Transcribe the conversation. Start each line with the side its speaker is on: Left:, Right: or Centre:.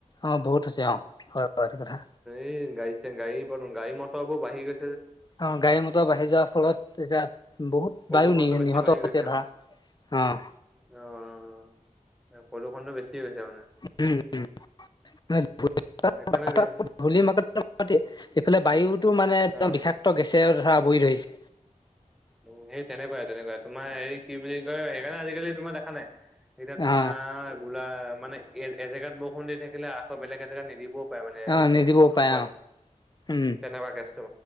Left: অ'বহুত হৈছে অ'অ' হয় এইটো কথা।
Centre: এই গাড়ীছে গাড়ী, গাড়ী মটৰবোৰ বাঢ়ি গৈ
Left: অ' গাড়ী মটৰ বাঢ়ি যোৱাৰ ফলত এতিয়া বহুত
Centre: প্ৰদূষণটো
Left: বায়ু
Centre: বেছি
Left: নিহত
Centre: বাঢ়ি
Left: হৈছে
Centre: গৈছে
Left: ধৰা।
Centre: মানে।
Left: অ',
Centre: অ' প্ৰদূষণটো বেছি হৈছে মানে।
Left: <unintelligible>
Centre: সেইকাৰণে দে
Left: ধূলি মাকতি <unintelligible> এইফালে বায়ুতো মানে একদম
Centre: অ'।
Left: বিষাক্ত গেছেৰে ধৰা আৱৰি ধৰিছে।
Centre: উম, সেই তেনেকুৱাই, তেনেকুৱা তোমাৰ হেৰি কি বুলি কয় সেইকাৰণে আজিকালি তোমাৰ দেখা নাই এতিয়া তোমাৰ
Left: অ
Centre: গোলা মানে এ এজেগাত বৰষুণ দি থাকিলে আকৌ বেলেগ এজেগাত নিদিব প মানে,
Left: অ
Centre: মানে
Left: নিদিবও
Centre: গম
Left: পাৰে
Centre: পোৱাই
Left: অ উম
Centre: তেনেকুৱা কেচ